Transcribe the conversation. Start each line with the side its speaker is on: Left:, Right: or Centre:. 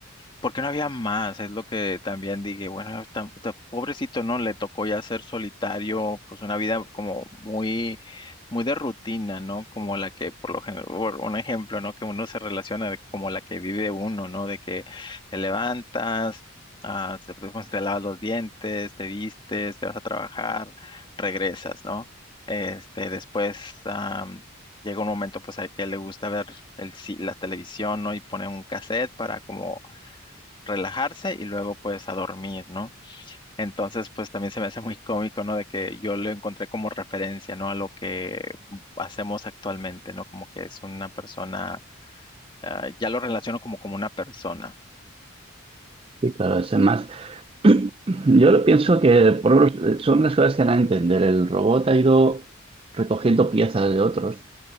Left: porque no había más, es lo que también dije, bueno, tan- tan pobrecito, ¿no? Le tocó ya ser solitario, pues una vida como muy, muy de rutina, ¿no? Como la que, por lo general, por un ejemplo, ¿no? Que uno se relaciona de- como la que vive uno, ¿no? De que te levantas, ah, se- pues, te lavas los dientes, te vistes, te vas a trabajar, regresas, ¿no? Este, después, ah, llega un momento pues a que le gusta ver el, ci- la televisión, ¿no? Y pone un cassette para como relajarse y luego pues a dormir, ¿no? Entonces pues también se me hace muy cómico, ¿no? De que yo lo encontré como referencia, ¿no? A lo que hacemos actualmente, ¿no? Como que es una persona, ah, ya lo relaciono como como una persona.
Right: Y claro, es más. Yo lo pienso que por lo menos, son las cosas que van a entender. El robot ha ido recogiendo piezas de otros